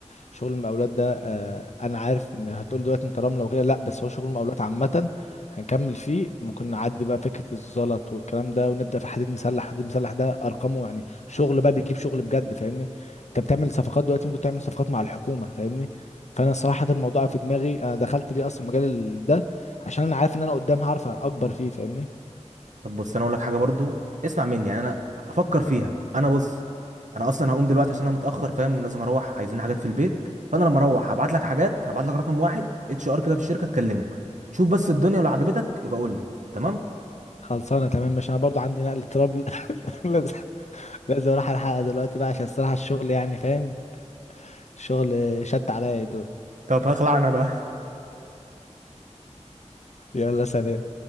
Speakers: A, on the left; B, on the right.
A: شغل المقاولات ده آه انا عارف ان هتقول دلوقتي انت رمله وكده لا بس هو شغل المقاولات عامه هنكمل فيه ممكن نعدي بقى فكره الزلط والكلام ده ونبدا في حديد مسلح حديد مسلح ده ارقامه يعني شغل بقى بيجيب شغل بجد فاهمني انت بتعمل صفقات دلوقتي ممكن تعمل صفقات مع الحكومه فاهمني فانا صراحه الموضوع في دماغي انا دخلت ليه اصلا مجال ال- ده عشان انا عارف ان انا قدام هعرف اكبر فيه فاهمني
B: طب بص انا اقول لك حاجه برضو اسمع مني يعني انا افكر فيها انا بص انا اصلا هقوم دلوقتي عشان انا متاخر فاهم لازم اروح عايزين حاجات في البيت فانا لما اروح هبعت لك حاجات هبعت لك رقم واحد اتش ار كده في الشركه تكلمه شوف بس الدنيا لو عجبتك يبقى قول لي تمام
A: خلصانه تمام مش انا برضو عندي نقل تراب <laughs> لازم لازم اروح الحلقه دلوقتي بقى عشان الصراحه الشغل يعني فاهم الشغل شد عليا يا دول
B: طب هخلع انا بقى
A: يلا سلام